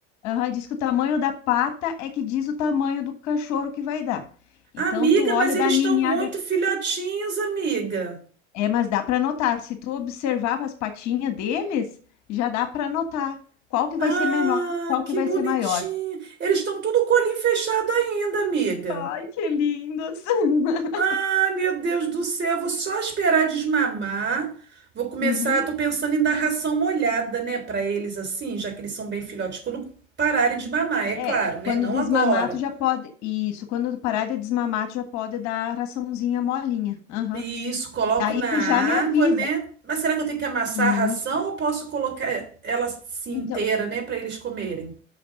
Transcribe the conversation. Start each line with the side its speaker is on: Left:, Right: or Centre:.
Left: Aham, diz que o tamanho da pata é que diz o tamanho do cachorro que vai dar. Então,
Right: Amiga,
Left: tu olha
Right: mas eles
Left: da ninhada.
Right: estão muito filhotinhos, amiga.
Left: É, mas dá para notar. Se tu observar as patinhas deles, já dá para notar qual que
Right: Ah,
Left: vai ser menor, e qual que
Right: que
Left: vai
Right: bonitinho.
Left: ser maior.
Right: Eles estão tudo com o olhinho fechado ainda, amiga.
Left: Ai, que lindos! <laughs>
Right: Ai, meu Deus do céu, vou só esperar desmamar. Vou começar,
Left: Uhum.
Right: tô pensando em dar ração molhada, né, para eles assim, já que eles são bem filhotes, quando pararem de mamar, é
Left: É,
Right: claro, né?
Left: quando
Right: Não
Left: desmamar,
Right: agora.
Left: tu já pode. Isso, quando parar de desmamar, tu já pode dar a raçãozinha molinha. Aham.
Right: E Isso, coloco
Left: Daí
Right: na
Left: tu já me avisa.
Right: água, né? Mas será que eu tenho que amassar
Left: Isso.
Right: a ração ou posso colocar ela assim
Left: Então.
Right: inteira, né, para eles comerem?